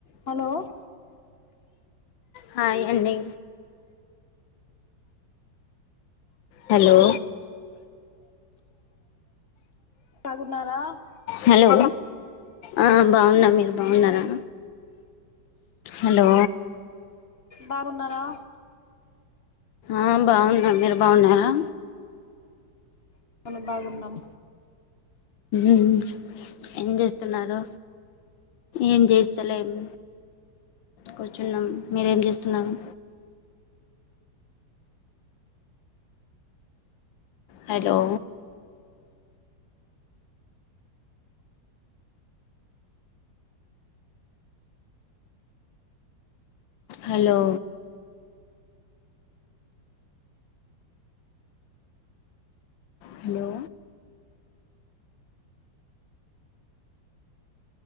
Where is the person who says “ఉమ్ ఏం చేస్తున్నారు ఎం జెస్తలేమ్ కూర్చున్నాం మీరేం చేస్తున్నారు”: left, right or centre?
Left